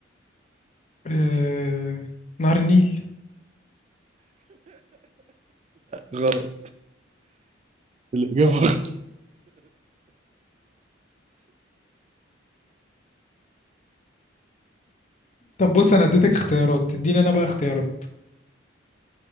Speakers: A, on the left; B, on the right.
A: آه... نهر النيل
B: غلط الاجابه غلط
A: طب بص انا اديتك اختيارات تديني انا بقى اختيارات